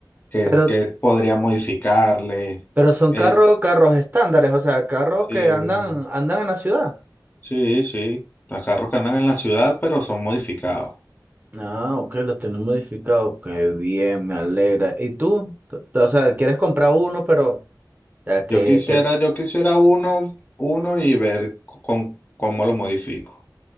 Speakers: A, on the left; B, on the right.
A: qué,
B: pero,
A: qué podría modificarle.
B: pero son
A: Eh,
B: carros, carros estándares, o sea, carros
A: eh,
B: que andan, andan en la ciudad.
A: sí, sí, los carros que andan en la ciudad, pero son modificados.
B: Ah, ok, lo tienen modificado. Qué bien, me alegra. ¿Y tú? Tú- tú, O sea, quieres comprar uno, pero, o sea, que,
A: Yo quisiera,
B: que,
A: yo quisiera uno, uno y ver con, cómo lo modifico,